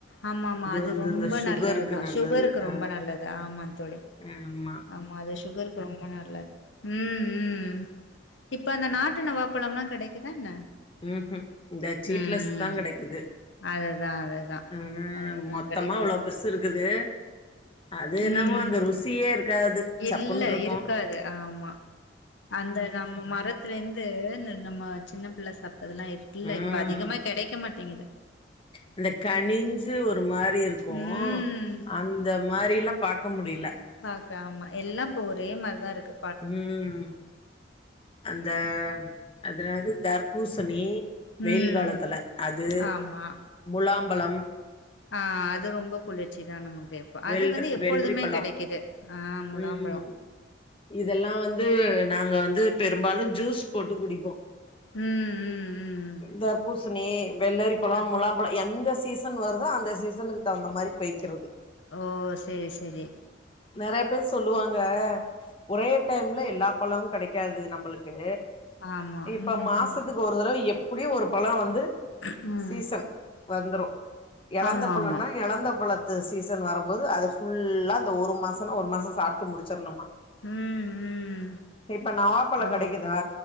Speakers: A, on the left; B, on the left.
A: ஆமா ஆமா அது
B: வந்து
A: ரொம்ப
B: இந்த சுகருக்கு
A: நல்லதுதா
B: நல்லது
A: சுகருக்கு
B: ஆ
A: ரொம்ப நல்லது ஆமா தோழி
B: ஆமா
A: ஆமா அது சுகருக்கு ரொம்ப நல்லது ம் ம் இப்ப அந்த நாட்டு நவாப்பழம்லா கடைக்குதா என்ன
B: ம்ஹும் இந்த சீட்லெஸ்
A: ம்
B: தா கடைக்குது
A: அதுதா அதுதா
B: ம்
A: அதுதா
B: மொத்தமா
A: கெடைக்குது
B: அவ்ளோ பெருஸ் இருக்குது அது என்னவோ
A: ம்
B: அந்த ருசியே இருக்காது சப்புன்னு
A: இல்ல
B: இருக்கு
A: இருக்காது ஆமா அந்த நம்ம மரத் துல இருந்து இந்த நம்ம சின்ன பிள்ள சாப்ட்டதெல்லா இருக்குல்ல
B: ம்
A: இப்ப அதிகமா கெடைக்க மாட்டேங்குது
B: அந்த கணிஞ்சு ஒரு மாரி இருக்கு
A: ம்
B: அந்த மாரிலா பாக்க முடில
A: பாக்க ஆமா எல்லா இப்ப ஒரே மாரிதாருக்கு
B: உம் அந்த அதெனாது தர்பூசணி வெயில்
A: ம்
B: காலத்துல அது
A: ஆமா
B: முலாம்பழம்
A: ஆ அது ரொம்ப குளிர்ச்சி தா நமக்கு
B: வெள்ரி
A: அது வந்து எப்பொழுதுமே
B: வெள்ரி பழோ
A: கெடைக்குது ஆ முலாம்பழோ
B: ம் இதெல்லா வந்து நாங்க வந்து பெரும்பாலு ஜூஸ் போட்டு குடிப்போ
A: ம் ம் ம்
B: தர்பூசணி வெள்ளரிப்பழோ
A: ஆ
B: முலாம் பழோ எந்த சீசன் வருதோ அந்த சீசனுக் தகுந்த மாரி பெய்க்கறது
A: ஓ சேரி சேரி
B: நெறைய பேர் சொல்லுவாங்க ஒரே டைம்ல எல்லா பழமு கெடைக்காது நம்ளுக்கு
A: ஆமா
B: இப்ப
A: ம்
B: மாசத்துக்
A: ம்
B: ஒரு தடவ எப்டியு ஒரு பழ வந்து
A: ம்
B: சீசன் வந்துரு இலந்த
A: ஆமா
B: பழம்னா
A: ஆமா
B: இலந்த பழத்து சீசன் வரும்போது அத புல்லா அந்த ஒரு மாசனா ஒரு மாசோ சாப்ட்டு முடிச்சர்ணுமா
A: ம் ம்
B: இப்ப நவாப்பழோ
A: ஓ
B: கெடைக்குதா